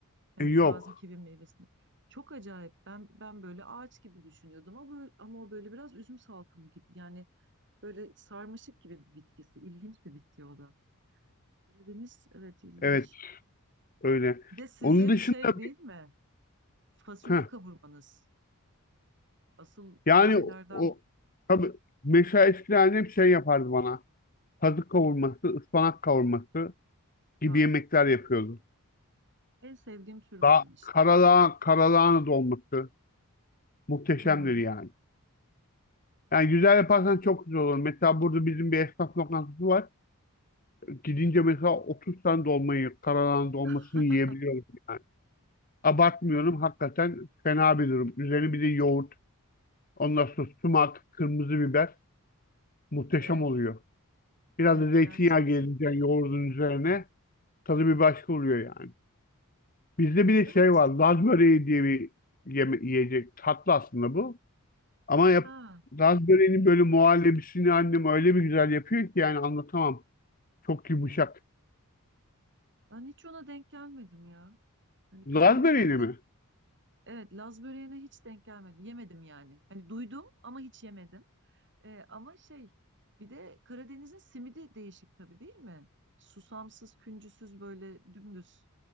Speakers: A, on the right; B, on the left.
A: Hani
B: E, yok.
A: taze kivi meyvesini. Çok acayip. Ben ben böyle ağaç gibi düşünüyordum ama böyle- ama o böyle biraz üzüm salkımı gibi. Yani böyle sarmaşık gibi bir bitkisi. İlginç bir bitki o da. Karadeniz evet ilginç.
B: Evet öyle.
A: Bir de sizin
B: Onun dışında
A: şey değil mi? Fasulye
B: bir-
A: kavurmanız. Asıl olaylardan
B: Yani o o- tabii mesela eskiden annem şey yapardı bana. Kazık kavurması, ıspanak kavurması gibi
A: daha
B: yemekler
A: çok.
B: yapıyordu.
A: En sevdiğim tür
B: Daha
A: benim işte.
B: karalağ, karalağın dolması muhteşemdir
A: Hmm.
B: yani. Yani güzel yaparsan çok güzel olur. Mesela burada bizim bir esnaf lokantası var. Gidince mesela 30 tane dolmayı, karalağın dolmasını
A: <laughs>
B: yiyebiliyorum yani. Abartmıyorum hakikaten fena bir durum. Üzerine bir de yoğurt, ondan sonra sumak, kırmızı biber muhteşem
A: Evet,
B: oluyor. Biraz
A: evet
B: da zeytinyağı
A: gerçekten.
B: gelince yoğurdun üzerine tadı bir başka oluyor yani. Bizde bir de
A: Evet.
B: şey var. Laz böreği diye bir yeme- yiyecek. Tatlı aslında bu. Ama yap
A: Ha.
B: Laz böreğinin böyle muhallebisini annem öyle bir güzel yapıyor ki yani anlatamam. Çok yumuşak.
A: Ben hiç ona denk gelmedim ya. Hani
B: Laz
A: Karadeniz'de
B: böreğini
A: bir tek
B: mi?
A: evet Laz böreğine hiç denk gelmedim. Yemedim yani. Hani duydum ama hiç yemedim. Ee, ama şey bir de Karadeniz'in simidi değişik tabii değil mi? Susamsız, küncüsüz böyle dümdüz.